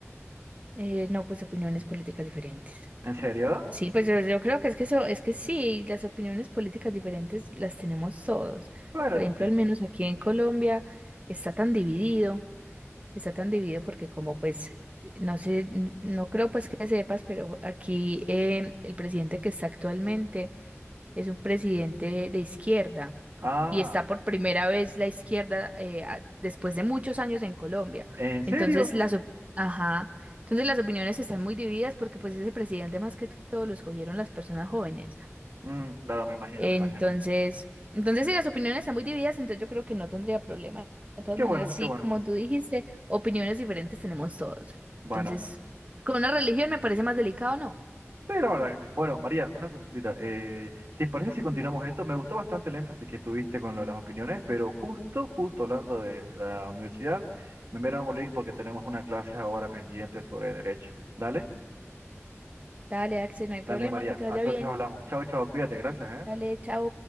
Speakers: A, on the right; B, on the right.
A: Eh, no, pues opiniones políticas diferentes.
B: ¿En serio?
A: Sí, pues yo, yo creo que es que eso, es que sí, las opiniones políticas diferentes las tenemos todos.
B: Bueno,
A: Por
B: eso
A: ejemplo,
B: sí.
A: al menos aquí en Colombia está tan dividido, está tan dividido porque como pues, eh, no sé, n- no creo pues que sepas, pero aquí eh, el presidente que está actualmente es un presidente de izquierda
B: Ah,
A: y está por primera vez la izquierda eh, a- después de muchos años en Colombia.
B: ¿en serio?
A: Entonces las, op- ajá, entonces las opiniones están muy divididas porque pues ese presidente más que todo lo escogieron las personas jóvenes.
B: Mm, claro, me imagino,
A: Entonces,
B: me imagino.
A: entonces si las opiniones están muy divididas, entonces yo creo que no tendría problema. De todas
B: Qué
A: maneras,
B: bueno,
A: sí,
B: qué bueno.
A: como tú dijiste, opiniones diferentes tenemos todos.
B: Bueno.
A: Entonces, con una religión me parece más delicado, ¿no?
B: Sí, la verdad que sí. Bueno, María, una consultita. Eh, ¿te parece si continuamos esto? Me gustó bastante el énfasis que tuviste con lo de las opiniones, pero justo, justo hablando de la universidad, me enviaron un link porque tenemos una clase ahora pendiente sobre derecho. Dale,
A: Dale, Axel, no hay
B: dale,
A: problema,
B: María.
A: que te vaya
B: Entonces
A: bien.
B: hablamos. Chao, chao, cuídate, gracias,
A: Dale,
B: ¿eh?
A: chao.